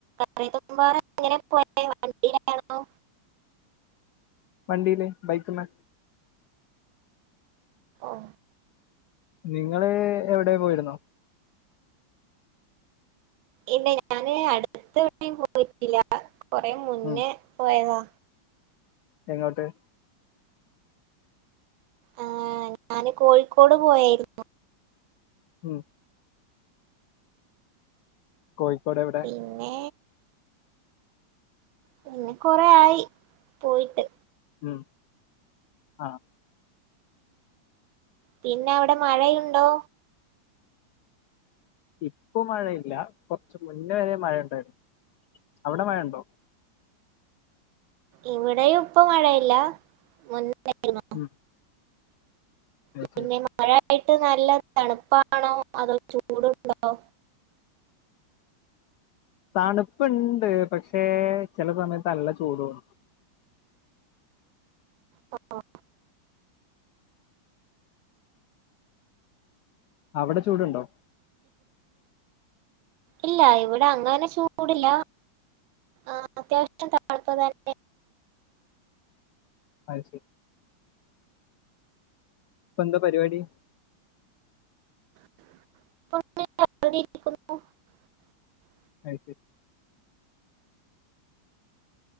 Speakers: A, on the right (about 80°); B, on the left (about 70°).
A: <inaudible> എങ്ങനെ പോയ വണ്ടിയിൽ ആണോ
B: വണ്ടില് ബൈക്ക്മേ
A: ആഹ
B: നിങ്ങള് എവിടെ പോയിരുന്നോ
A: ഇല്ല ഞാന് അടുത്ത എവിടെ പോയിട്ടില്ല കൊറെ മുന്നേ
B: ഉം
A: പോയതാ
B: എങ്ങോട്ട്
A: ആ ഞാന് കോഴിക്കോട് പോയായിരുന്നു
B: ഉം കോഴിക്കോട് എവിടെ
A: പിന്നെ പിന്നെ കൊറെ ആയി പോയിട്ട്
B: ഉം ആഹ
A: പിന്നെ അവിടെ മഴയുണ്ടോ
B: ഇപ്പൊ മഴയില്ല കൊറച്ച് മുന്നെ വരെ മഴുണ്ടായിരുന്നു അവിടെ മഴയുണ്ടോ
A: ഇവിടെയും ഇപ്പ മഴയില്ല മുന്നെയിരിന്നു
B: ഉം അത്
A: പിന്നെ
B: ശരി
A: മഴ യിട്ട് നല്ല തണുപ്പാണോ അതോ ചൂടുണ്ടോ
B: തണുപ്പുണ്ട് പക്ഷേ ചില സമയത്ത് നല്ല ചൂടുണ്ട്
A: ആ
B: അവിടെ ചൂടുണ്ടോ
A: ഇല്ല ഇവിടെ അങ്ങനെ ചൂടില്ല ആ അത്യാവശ്യം താണുപ്പ് തന്നെ
B: അത്ശരി എന്താ പരിപാടി
A: ിക <inaudible>
B: ആത്ശരി